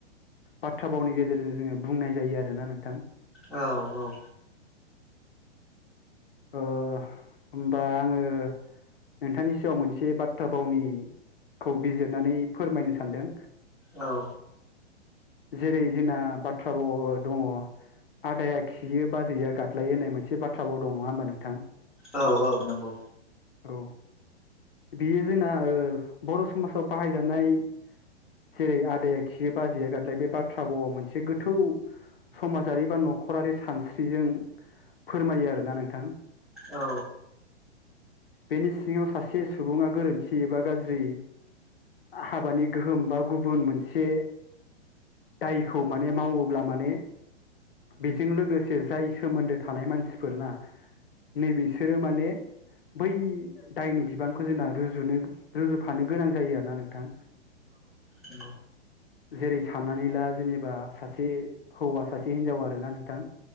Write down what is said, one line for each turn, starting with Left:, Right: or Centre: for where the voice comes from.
Left: बाथ्रा भावनि गेजेरजों जोङो बुंनाय जायो आरोना नोंथां
Centre: औ औ
Left: ओ होमबा आङो नोंथांनि सायाव मोनसे बाथ्रा भावनिखौ बिजिरनानै फोरमायनो सानदों
Centre: औ
Left: जेरै जोंना बाथ्रा भाव आव दङ आदाया खियो बा जैया गाल्दायो होननाय मोनसे बाथ्राबाव दं नङा होमबा नोंथां
Centre: औ औ नंगौ
Left: औ बियो जोंना ओ बर' समाजाव बाहायजानाय जेरै आदाया खियो बाजैया गादलायो बे बाथ्रा बावा मोनसे गोथौ समाजारि बा न'खरारि सानस्रिजों फोरमायो आरोना नोंथां
Centre: औ
Left: बेनि सिङाव सासे सुबुङा गोरोन्थि बा गाज्रि हाबानि गोहोम बा गुबुन मोनसे दायखौ माने मावोब्ला माने बेजों लोगोसे जाय सोमोन्दो थानाय मानसिफोरना नै बिसोरो माने बै दायनि बिबानखौ जोंना रुजु रुजुनो रुजुफानो गोनां जायो आरो ना नोंथां।
Centre: अ
Left: जेरै साननानै ला जेनेबा सासे हौवा सासे हिनजाव आरोना नोंथां